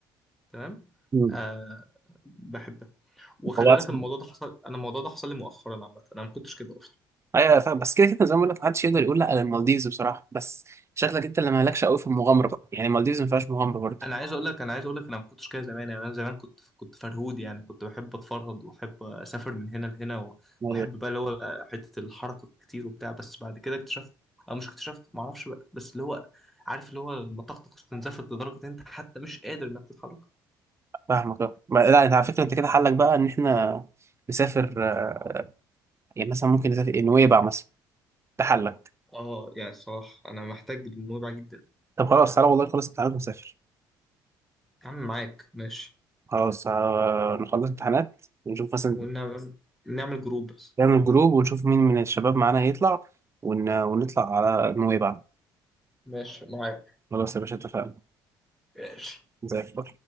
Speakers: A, in the centre; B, on the right.
A: تمام
B: مم.
A: آه بحبها وخلي
B: هو اصلا
A: بالك ان الموضوع ده حصل انا الموضوع ده حصل لي مؤخرا عامه انا ما كنتش كده
B: ايوه فاهم بس كده كده زي ما بقول لك محدش يقدر يقول لا على المالديفز بصراحه بس شكلك انت اللي مالكش قوي في المغامره بقى. يعني المالديفز ما فيهاش مغامره برضه
A: انا عايز اقول لك انا عايز اقول لك انا ما كنتش كده زمان يعني انا زمان كنت كنت فرهود يعني كنت بحب اتفرهد واحب اسافر من هنا لهنا و-
B: ايوه
A: واحب بقى اللي هو حته الحركه الكتير وبتاع بس بعد كده اكتشفت او مش اكتشفت ما اعرفش بقى بس اللي هو عارف اللي هو لما طاقتك استنزفت لدرجه ان انت حتى مش قادر انك تتحرك
B: فاهمك أه. ما- لا انت على فكره انت كده حلك بقى ان احنا نسافر آه، يعني مثلا ممكن نسافر إيه، نويبع مثلا ده حلك
A: اه يعني الصراحه انا محتاج الموضوع جدا
B: طب خلاص تعالى والله خلص امتحانات ونسافر
A: يا عم معاك ماشي
B: خلاص آه، نخلص امتحانات ونشوف مثلا
A: ونعمل نعمل جروب بس
B: نعمل جروب ونشوف مين من الشباب معانا هيطلع ون... ونطلع على نويبع
A: ماشي معاك
B: خلاص يا باشا اتفقنا
A: ماشي
B: زي الفل